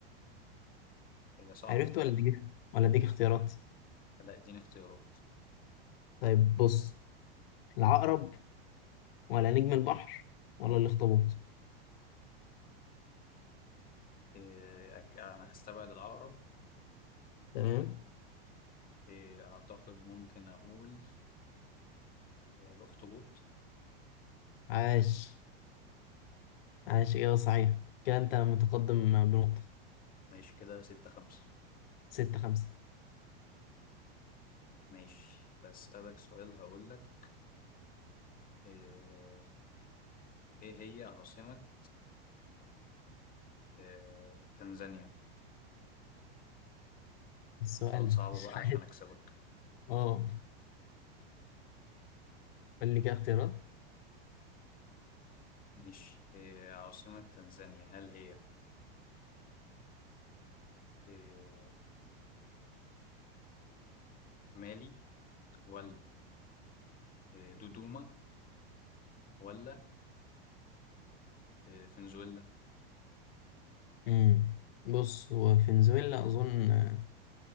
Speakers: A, on the left; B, on the left.
A: هي صعبة
B: عرفت ولا أديك ولا أديك اختيارات
A: لا اديني اختيارات
B: طيب بص العقرب ولا نجم البحر ولا الأخطبوط
A: إيه أك... أنا هستبعد العقرب
B: تمام
A: إيه أعتقد ممكن أقول إيه الأخطبوط
B: عاش عاش إجابة صحيحة كده أنت متقدم بنقطة
A: ماشي كده ستة خمسة
B: ستة خمسة
A: ماشي هسألك سؤال هقول لك إيه... إيه هي عاصمة إيه... تنزانيا
B: السؤال
A: سؤال صعب
B: <laughs> ده مش
A: بقى
B: عارف
A: عشان أكسبك
B: اه قول لي كده اختيارات
A: ماشي إيه عاصمة تنزانيا هل هي إيه... مالي ولا إيه دودوما ولا إيه فنزويلا
B: امم بص هو فنزويلا اظن آه،